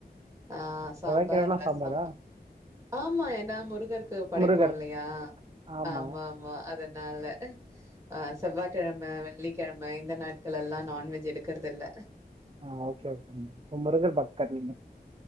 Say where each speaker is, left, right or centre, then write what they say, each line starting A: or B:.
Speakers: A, on the right; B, on the right.
A: ஆ சாம்பார்
B: செவ்வாய்க்கிழமனா
A: ரசம்
B: சாம்பாரா
A: ஆமா ஏனா முருகருக்கு படைப்போ
B: முருகர்
A: இல்லையா
B: ஆமாங்க
A: ஆமா ஆமா அத னால ஆ செவ்வாய்க்கிழம வெள்ளிக்கிழமை இந்த நாட்கள் எல்லா நான்வெஜ் எடுக்கறதுல்ல
B: ஆ ஓகே ஓகே முருகர் பக்தர் நீங்க